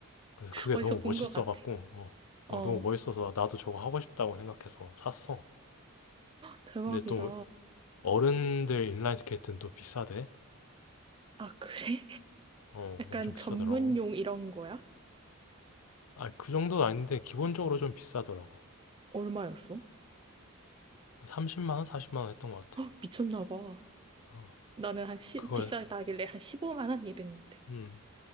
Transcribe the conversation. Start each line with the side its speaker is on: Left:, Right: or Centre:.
Left: 그래서 그게
Right: 어디서
Left: 너무
Right: 본
Left: 멋있어갖고,
Right: 것 같아.
Left: 어,
Right: 어,
Left: 어, 너무 멋있어서 나도 저거 하고 싶다고 생각해서 샀어.
Right: 대박이다.
Left: 근데 또 어른들 인라인 스케이트는 또 비싸대.
Right: 아, 그래? <laughs>
Left: 어,
Right: 약간
Left: 엄청 비싸더라고.
Right: 전문용 이런 거야?
Left: 아, 그 정도는 아닌데 기본적으로 좀 비싸더라고.
Right: 얼마였어?
Left: 한 30만 원, 40만 원 했던 것 같아.
Right: 헉, 미쳤나 봐.
Left: 어,
Right: 나는 한 십
Left: 그걸,
Right: 비싸다길래 한 15만 원 이랬는데.
Left: 음,